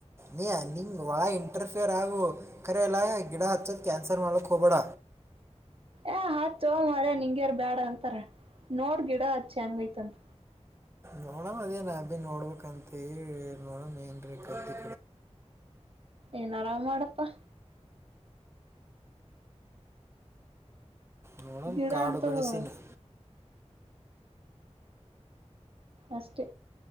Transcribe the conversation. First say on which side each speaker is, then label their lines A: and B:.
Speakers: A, on the right; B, on the right.
A: ನೀ ನಿಂಗೆ ಒಳ ಇಂಟರ್ಫಿಯರ್ ಆಗು ಕರೆ ಅಲ್ ಗಿಡ ಹಚ್ಚೋದು ಕ್ಯಾನ್ಸಲ್ ಮಾಡ್ಲಕ್ಕೆ ಹೋಗಬೇಡ.
B: ಏ ಹಚ್ಚೊ ಮಾರಾಯ ನಿಂಗ್ಯಾರ್ ಬ್ಯಾಡ ಅಂತಾರ ನೋಡ್ ಗಿಡ ಹಚ್ಚ ಹೆಂಗ ಐತಿಯಂತ.
A: ನೋಡೋಣ ಅದೇ ನಾಬಿ ನೋಡ್ಬೇಕಂತ ನೋಡೋಣ ಏನರ ಕಡ್ಡಿ.
B: ಏನ್ ಆರಾಮ್ ಮಾಡಪ್ಪಾ.
A: ನ
B: ಗಿಡ
A: ಕಾಡುಗಳ
B: ಅಂತವು
A: ಸಿಿನಿ.
B: ಅಷ್ಟೇ